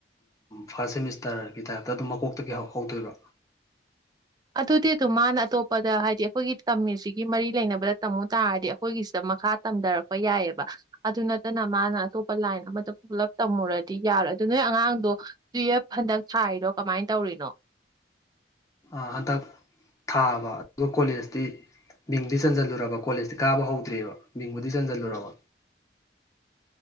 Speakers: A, on the left (about 20°); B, on the right (about 20°).
A: ꯐꯥꯔꯁ ꯁꯦꯃꯤꯁꯇꯔꯒꯤ ꯇꯥꯏꯞꯇ ꯑꯗꯨꯝ ꯃꯀꯣꯛꯇꯒꯤ ꯍꯧꯗꯣꯏꯕ
B: ꯑꯗꯨꯗꯤ ꯑꯗꯨ ꯃꯥꯅ ꯑꯇꯣꯞꯄꯗ ꯍꯥꯏꯗꯤ ꯑꯩꯈꯣꯏꯒꯤ ꯇꯝꯃꯤꯁꯤꯒꯤ ꯃꯔꯤ ꯂꯩꯅꯕꯗ ꯇꯝꯃꯨ ꯇꯥꯔꯗꯤ ꯑꯩꯈꯣꯏꯒꯤꯁꯤꯗ ꯃꯈꯥ ꯇꯝꯗꯔꯛꯄ ꯌꯥꯏꯑꯕ ꯑꯗꯨ ꯅꯠꯇꯅ ꯃꯥꯅ ꯑꯇꯣꯞꯄ ꯂꯥꯏꯟ ꯑꯃꯗ ꯄꯨꯂꯞ ꯇꯝꯃꯨꯔꯗꯤ ꯌꯥꯔꯣꯏ ꯑꯗꯨ ꯅꯣꯏ ꯑꯉꯥꯡꯗꯣ ꯇꯨꯌꯦꯞ ꯍꯟꯗꯛ ꯊꯥꯔꯤꯔꫭ ꯀꯃꯥꯏꯅ ꯇꯧꯔꯤꯅꯣ
A: ꯑꯩ ꯍꯟꯗꯛ ꯊꯥꯕ ꯑꯗꯨꯒ ꯀꯣꯂꯦꯖꯇꯤ ꯃꯤꯡꯗꯤ ꯆꯟꯖꯜꯂꯨꯔꯕ ꯀꯣꯂꯦꯖꯇꯤ ꯀꯥꯕ ꯍꯧꯗ꯭ꯔꯤꯑꯕ ꯃꯤꯡꯕꯨꯗꯤ ꯆꯟꯖꯜꯂꯨꯔꯕ